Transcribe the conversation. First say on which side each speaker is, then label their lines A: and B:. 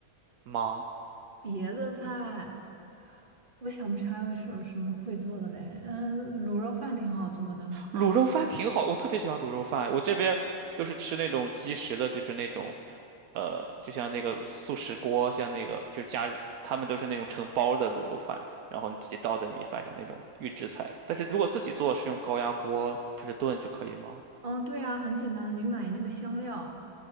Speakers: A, on the right (about 85°); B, on the right (about 40°).
A: 吗？
B: 别的菜，我想不起来有什有什么会做的嘞。嗯，卤肉饭挺好做的。
A: 卤肉饭挺好，我特别喜欢卤肉饭。我这边儿都是吃那种即食的，就是那种呃，就像那个速食锅，像那个就加，他们都是那种成包的卤肉饭，然后你自己倒在米饭上那种预制菜。但是如果自己做，是用高压锅就是炖就可以吗？
B: 嗯，对呀，很简单，你买那个香料，